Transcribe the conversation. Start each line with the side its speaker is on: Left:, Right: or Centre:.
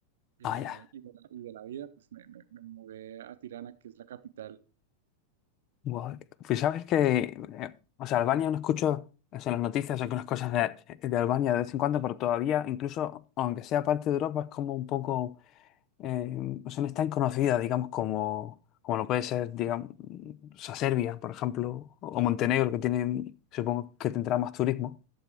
Right: eh,
Left: ah, ya.
Right: y, de la, y de la vida, pues me, me- me mudé a Tirana, que es la capital.
Left: Guau. Pues sabes que, eh, o sea, Albania no escucho, o sea, en las noticias algunas cosas de, de Albania de vez en cuando, pero todavía, incluso aunque sea parte de Europa, es como un poco... eh, o sea, no es tan conocida, digamos, como, como lo puede ser, digamos, o sea, Serbia, por ejemplo, o Montenegro, que tienen, supongo que tendrá más turismo,